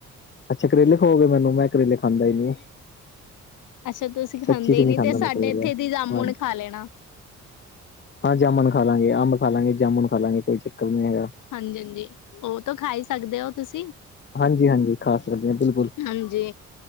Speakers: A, on the left (about 35°); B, on the left (about 90°).
A: ਅੱਛਾ, ਕਰੇਲੇ ਖਾਓਗੇ ਮੈਨੂੰ, ਮੈਂ ਕਰੇਲੇ ਖਾਂਦਾ ਹੀ ਨਹੀਂ।
B: ਅੱਛਾ, ਤੁਸੀਂ ਖਾਂਦੇ
A: ਸੱਚੀ ਚ ਨਹੀਂ
B: ਨੀ,
A: ਖਾਂਦਾ
B: ਤੇ
A: ਮੈਂ
B: ਸਾਡੇ
A: ਕਰੇਲੇ
B: ਇੱਥੇ
A: ਹਾਂ
B: ਦੀ ਜਾਮੁਣ ਖਾ ਲੈਣਾ।
A: ਹਾਂ, ਜਾਮੁਨ ਖਾ ਲਾਂਗੇ, ਅੰਬ ਖਾ ਲਾਂਗੇ, ਜਾਮੁਨ ਖਾ ਲਾਂਗੇ, ਕੋਈ ਚੱਕਰ ਨੀ ਹੈਗਾ।
B: ਹਾਂਜੀ-ਹਾਂਜੀ, ਉਹ ਤਾਂ ਖਾ ਹੀ ਸਕਦੇ ਹੋ, ਤੁਸੀਂ।
A: ਹਾਂਜੀ ਹਾਂਜੀ ਖਾ ਸਕਦੇ ਹਾਂ ਬਿਲਕੁਲ
B: ਹਾਂਜੀ,